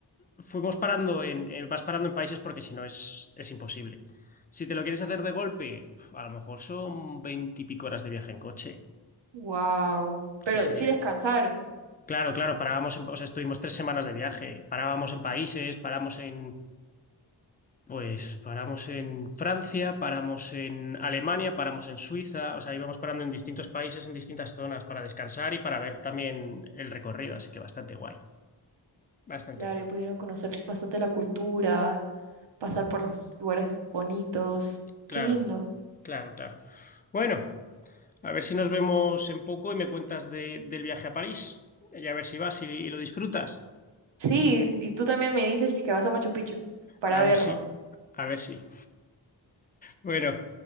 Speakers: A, on the left; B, on the right.
A: fuimos parando en... eh, Vas parando en países porque si no es, es imposible. Si te lo quieres hacer de golpe, a lo mejor son veintipico horas de viaje en coche.
B: Wow. Pero
A: ¿Qué sería?
B: sí descansaron.
A: Claro, claro, parábamos en, o sea, estuvimos tres semanas de viaje, parábamos en países, paramos en Pues paramos en Francia, paramos en Alemania, paramos en Suiza, o sea, íbamos parando en distintos países, en distintas zonas para descansar y para ver también el recorrido, así que bastante guay, bastante
B: Claro,
A: guay.
B: y pudieron conocer bastante la cultura, pasar por los lugares bonitos.
A: Claro,
B: Qué lindo.
A: claro, claro. Bueno, a ver si nos vemos en poco y me cuentas de- del viaje a París y a ver si vas y, y lo disfrutas.
B: Sí, y tú también me dices si es que vas a Machu Picchu para
A: A
B: vernos.
A: ver si, a ver si. Bueno.